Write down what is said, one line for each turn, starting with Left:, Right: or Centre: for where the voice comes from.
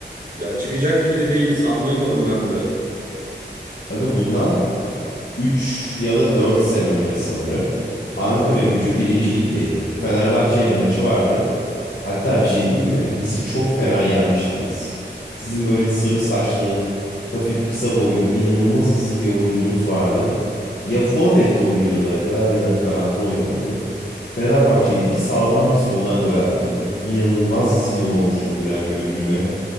Right: ya çıkacak gibi de değiliz anlayamadım ben de.
Left: Aga bundan Üç ya da 4 sene önce sanırım Ankara Gücü birinci Lig'deydi. Fenerbahçe ile maçı vardı. Hatta bir şey diyeyim mi? Bizi çok fena yenmiştiniz. Sizin böyle sarı saçlı, hafif kısa boylu, inanılmaz hızlı bir oyuncunuz vardı. Ya forvette oynuyordu aga ya da kanatta oynuyordu. Fenerbahçe'yi bir sağdan bir soldan gol attıydı. İnanılmaz sinir olmuştum o gün Ankara Gücü'ne.